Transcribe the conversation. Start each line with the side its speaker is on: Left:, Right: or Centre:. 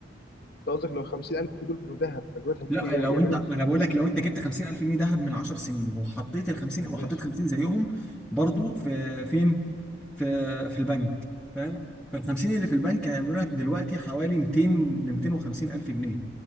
Left: أنت قصدك لو 50000 دول كانوا ذهب كان دلوقتي هتجيبوا
Centre: لا
Left: يعملوا
Centre: لو انت
Left: 200000
Centre: ما انا بقول لك لو انت جبت 50000 جنيه دهب من 10 سنين وحطيت ال 50
Left: ماشي
Centre: وحطيت 50 زيهم برضو في فين في في البنك فاهم فال 50 اللي في البنك هيعملوا لك دلوقتي حوالي 200 ل 250 الف جنيه